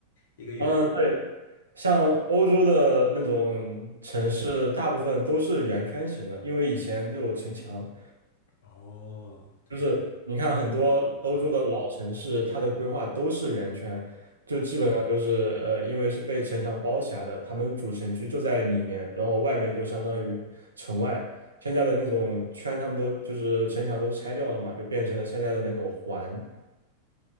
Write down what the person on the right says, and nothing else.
嗯，对，像欧洲的那种城市，大部分都是圆圈形的，因为以前都有城墙，
就是你看很多欧洲的老城市，
它的规划都是圆圈，就基本上就是呃，因为是被城墙包起来的，他们主城区就在里面，然后外面就相当于城外。现在的那种圈，他们都就是城墙都拆掉了嘛，就变成了现在的那种环。